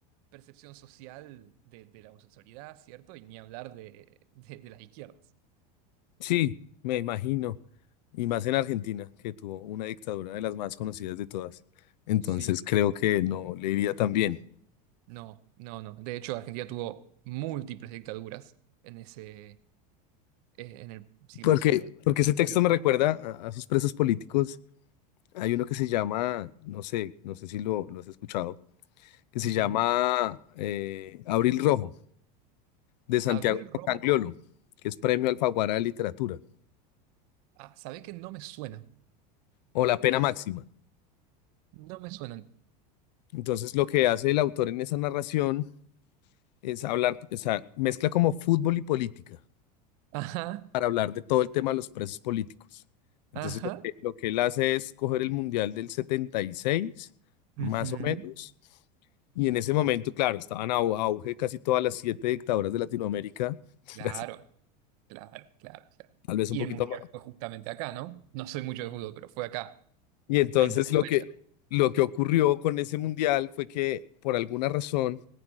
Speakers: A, on the right; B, on the left.
A: percepción social de, de la homosexualidad, ¿cierto? Y ni hablar de, de, de las izquierdas.
B: Sí, me imagino. Y más en Argentina, que tuvo una dictadura de las más conocidas de todas. Entonces
A: Sí,
B: creo que no le iría tan bien.
A: no, no, no. De hecho, Argentina tuvo múltiples dictaduras en ese, eh, en el siglo
B: Porque,
A: XIX.
B: porque ese texto
A: Sí.
B: me recuerda a, a sus presos políticos. Hay uno que se llama, no sé, no sé si lo, lo has escuchado, que se
A: Ujú.
B: llama eh, Abril Rojo, de Santiago
A: Abril Romo.
B: Cangliolo, que es premio Alfaguara de Literatura,
A: Ah, ¿sabés que no me suena?
B: o La Pena Máxima.
A: No me suenan.
B: Entonces lo que hace el autor en esa narración es hablar, o sea, mezcla como fútbol y política.
A: Ajá,
B: para hablar de todo el tema de los presos políticos. Entonces,
A: ajá.
B: lo que, lo que él hace es coger el Mundial del 76, más
A: ujú.
B: o menos, y en ese momento, claro, estaban a au- auge casi todas las siete dictaduras de Latinoamérica, <laughs>
A: Claro,
B: casi,
A: claro, claro, claro.
B: tal vez
A: Y
B: un poquito
A: el mundial
B: más.
A: fue justamente acá, ¿no? No soy mucho de fútbol, pero fue acá,
B: Y entonces
A: en Latinoamérica.
B: lo que, lo que ocurrió con ese mundial fue que, por alguna razón,